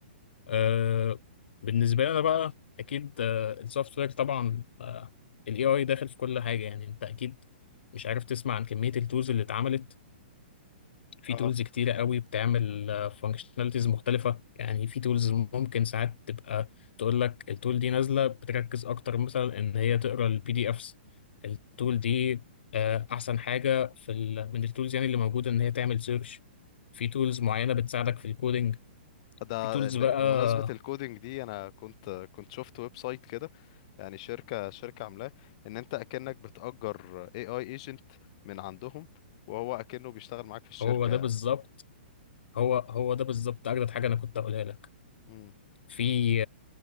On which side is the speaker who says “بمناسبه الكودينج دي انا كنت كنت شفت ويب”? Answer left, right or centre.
Left